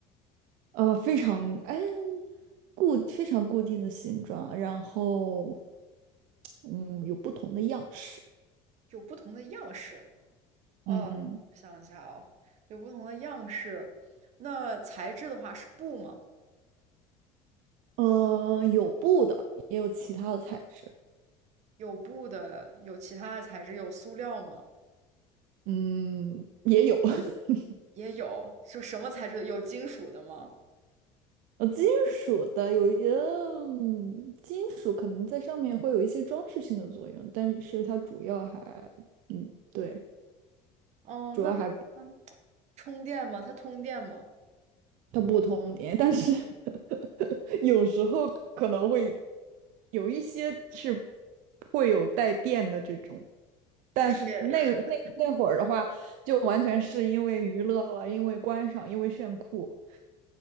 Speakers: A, on the right (about 70°); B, on the right (about 55°).
A: 呃，非常哎固非常固定的形状，然后嗯有不同的样式，
B: 有不同的样式。呃，
A: 嗯
B: 我想一下哦，有不同的样式。那材质的话是布吗？
A: 呃有布的，也有其他的材质。
B: 有布的，有其他的材质，有塑料吗？
A: 嗯，也有，<laughs>
B: 也有，就什么材质的？有金属的吗？
A: 呃，金属的有一，嗯，金属可能在上面会有一些装饰性的作用，但是它主要还，嗯，对，
B: 哦，
A: 主要还
B: 那它 <laughs> 嗯充电吗？它通电吗？
A: 它不通电，但是 <laughs> 有时候可能会有一些是会有带电的这种，但是那个那那会儿的话，
B: 这也 <laughs>
A: 就完全是因为娱乐了，因为观赏，因为炫酷。